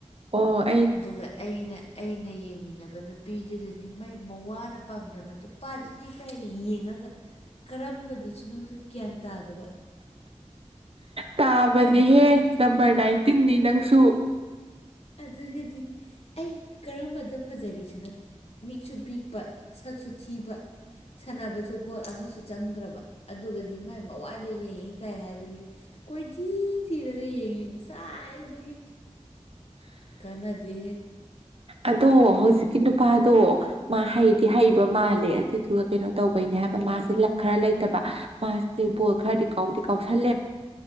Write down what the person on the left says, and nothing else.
ꯑꯗꯨꯒ ꯑꯩꯅ ꯑꯩꯅ ꯌꯦꯡꯃꯤꯟꯅꯕ ꯅꯨꯄꯤꯗꯨꯗꯅꯤ ꯃꯩ ꯃ ꯋꯥꯅ ꯄꯥꯝꯖꯕꯗꯨ ꯅꯨꯄꯥꯗꯨꯗꯤ ꯀꯔꯤ ꯌꯦꯡꯉꯒ ꯀꯔꯝꯕꯗꯁꯨꯅꯨꯁꯦ ꯒ꯭ꯌꯥꯟ ꯇꯥꯗꯕ
ꯑꯗꯨꯒꯗꯤ
ꯑꯗꯨꯒꯗꯤ ꯑꯩ ꯀꯔꯝꯕꯗ ꯐꯖꯒꯦꯁꯦꯅ ꯃꯤꯛꯁꯨ ꯄꯤꯛꯄ ꯁꯛꯁꯨ ꯊꯤꯕ ꯁꯥꯟꯅꯕꯁꯨ ꯒꯣꯜ ꯑꯃꯁꯨ ꯆꯪꯗ꯭ꯔꯕ ꯑꯗꯨꯒꯗꯤ ꯃꯥꯏ ꯄꯋꯥꯗ ꯌꯦꯡꯉꯤ ꯈꯥꯏ ꯍꯥꯏꯕꯒꯤ ꯀꯣꯏꯊꯤ ꯊꯤꯔꯒ ꯌꯦꯡꯉꯤ ꯁꯋꯥꯥꯏꯗꯒꯤ꯫ ꯀꯟꯅꯗꯦ